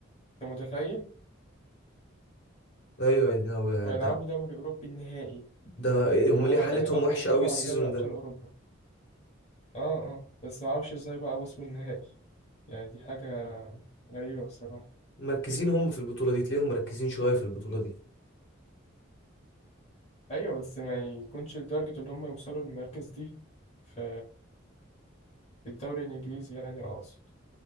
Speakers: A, on the left (about 30°); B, on the left (about 55°).
A: انت متخيل
B: ايوه يا هو يا
A: وهيلعبوا
B: ده
A: دوري اوروبي النهائي
B: ده إيه
A: اللي
B: هم
A: هو
B: ليه حالتهم
A: يعني اقوى
B: وحشه
A: بطولة
B: قوي
A: بعد
B: السيزون
A: دوري ابطال
B: ده
A: اوروبا اه اه بس ما اعرفش ازاي بقى وصلوا النهائي يعني دي حاجة غريبة بصراحة
B: مركزين هم في البطوله دي تلاقيهم مركزين شويه في البطوله دي
A: ايوه بس ما يكونش لدرجة ان هم يوصلوا للمركز دي في في الدوري الانجليزي يعني اقصد